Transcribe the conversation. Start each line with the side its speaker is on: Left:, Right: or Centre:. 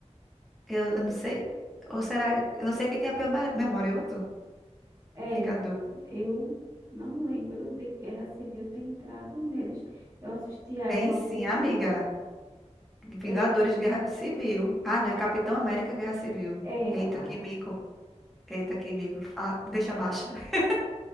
Centre: Eu, eu não sei. Ou será. Eu não sei quem tem a pior me- memória, eu ou tu?
Right: É,
Centre: Vingadores.
Right: eu não lembro de Guerra Civil ter entrado neles. Eu assisti a
Centre: Tem
Right: Era
Centre: sim,
Right: Ultron,
Centre: amiga. Vingadores
Right: eu assisti.
Centre: Guerra Civil. Ah, não, é Capitão América Guerra Civil.
Right: É,
Centre: Eita,
Right: amada.
Centre: que mico. Eita, que mico. Fala- deixa abaixo. <laughs>